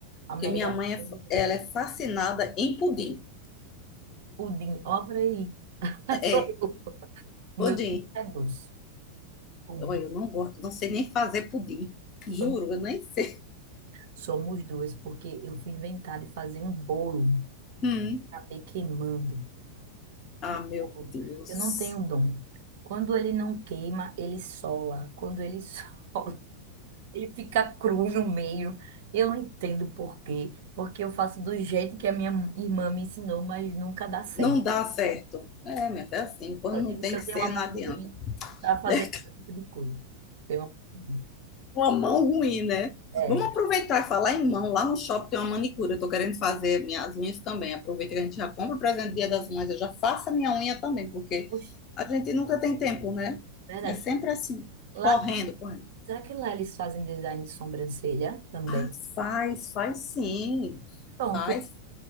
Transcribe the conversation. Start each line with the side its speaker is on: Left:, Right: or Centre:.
Right: a
Left: Porque
Right: melhor
Left: minha mãe, é,
Right: coisa.
Left: fa- ela é fascinada em pudim.
Right: Pudim, obra aí. <laughs>
Left: É,
Right: Sou
Left: é,
Right: eu. O
Left: pudim.
Right: meu é doce. Pudim.
Left: Olha, eu não gosto, não sei nem fazer pudim. Juro,
Right: Somos,
Left: eu nem sei.
Right: somos duas, porque eu fui inventar de fazer um bolo.
Left: <laughs>
Right: Acabei queimando.
Left: Ah,
Right: o
Left: meu
Right: bolo.
Left: Deus.
Right: Eu não tenho dom. Quando ele não queima, ele sola. Quando ele <laughs> sola, ele fica cru no meio. Eu não entendo por quê. Porque eu faço do jeito que a minha irmã me ensinou, mas nunca dá certo.
Left: Não dá certo. É, minha filha, é assim. Quando
Right: Eu
Left: não
Right: digo
Left: tem
Right: que eu
Left: que ser,
Right: tenho uma
Left: não
Right: mão
Left: adianta.
Right: ruim para fazer
Left: <laughs>
Right: esse tipo de coisa. Tenho uma mão ruim.
Left: Uma mão ruim, né?
Right: É,
Left: Vamos aproveitar e falar em mão. Lá no shopping tem uma manicura. Eu tô querendo fazer minhas unhas também. Aproveita que a gente já compra o presente do Dia das Mães. Eu já faço a minha unha também, porque
Right: poxa,
Left: a gente nunca tem tempo, né?
Right: verdade.
Left: É sempre assim.
Right: Lá,
Left: Correndo, correndo.
Right: será que lá eles fazem design de sobrancelha também?
Left: Ah, faz, faz sim.
Right: Pronto,
Left: Faz,